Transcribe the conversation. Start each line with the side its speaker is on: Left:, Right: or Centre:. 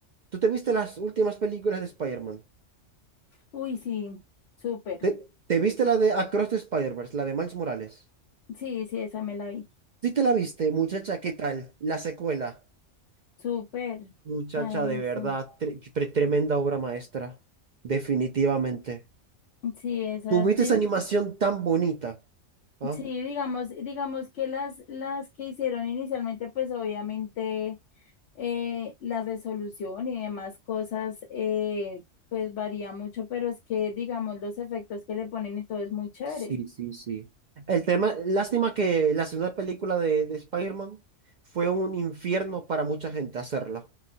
Right: ¿Tú te viste las últimas películas de Spider-Man?
Left: Uy, sí, súper.
Right: ¿Te, te viste la de Across the Spider-Verse, la de Miles Morales?
Left: Sí, sí, esa me la vi.
Right: Sí te la viste, muchacha, ¿qué tal? La secuela.
Left: Súper. O
Right: Muchacha,
Left: sea,
Right: de
Left: eso-
Right: verdad, tre- pre- tremenda obra maestra. Definitivamente.
Left: Sí, esas,
Right: Tuviste
Left: di-
Right: esa animación tan bonita. ¿Ah?
Left: sí, digamos, digamos que las, las que hicieron inicialmente, pues obviamente eh, la resolución y demás cosas, eh, pues varía mucho, pero es que, digamos, los efectos que le ponen y todo es muy chévere.
Right: Sí, sí, sí. El tema, lástima que la segunda película de, de Spider-Man fue un infierno para mucha gente hacerla.